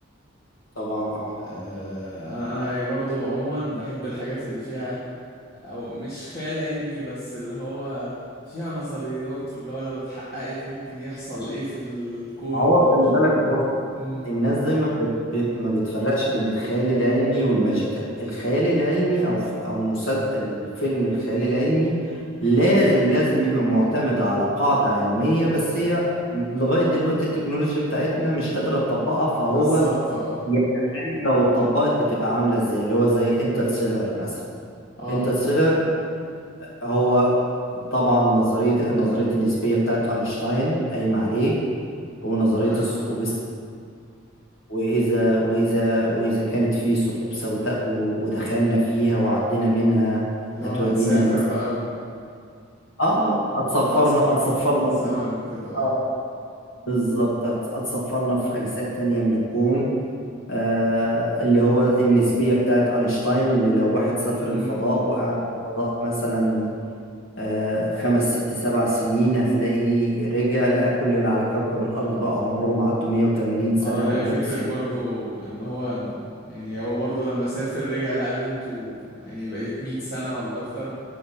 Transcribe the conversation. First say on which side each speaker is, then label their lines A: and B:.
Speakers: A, on the left; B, on the left.
A: طبعا اه
B: آه أنا أنا برضو عموما بحب الحاجات اللي فيها أو مش خيال علمي بس اللي هو فيها نظريات واللي هو لو اتحققت ممكن يحصل إيه في الكون
A: هو
B: والمش...
A: خلي بالك بص
B: مم.
A: الناس دايما ما بت- ما بتفرقش بين الخيال العلمي والماجيكال الخيال العلمي او ف- او مسل... الفيلم الخيال العلمي لازم لازم بيبقى معتمد على قاعدة علمية بس هي م- لغاية دلوقتي التكنولوجيا بتاعتنا مش قادرة تطبقها فهو
B: بالظبط اه
A: يتخيل لو اتطبقت بتبقى عاملة ازاي اللي هو زي انترستيلر مثلا
B: اه
A: انترستيلر هو طبعا نظرية نظرية النسبية بتاعت أينشتاين قايمة عليه ونظرية
B: تمام
A: الثقوب
B: اه
A: وإذا وإذا وإذا كانت في ثقوب سوداء و- ودخلنا فيها وعدينا منها
B: اللي
A: هتودينا
B: هو هتسافر
A: مثلا
B: بقى و...
A: آه آه هتصفرنا
B: لو هتسافر
A: هتصفرنا
B: في الزمن وكده اه
A: آه بالظبط هت- هتصفرنا في أجزاء تانية من الكون آه اللي هو النسبية بتاعت أينشتاين اللي لو واحد سافر
B: امم
A: الفضاء وقعد في الفضاء مثلا آه خمس ست سبع سنين هتلاقيه رجع لقى كل اللي على كوكب الأرض بقى عمرهم عدوا 180 سنة
B: اه اللي
A: أو
B: هي
A: 190
B: فكرة برضو ان هو يعني هو برضو لما سافر رجع لقى بنته يعني بقت 100 سنة ولا اكتر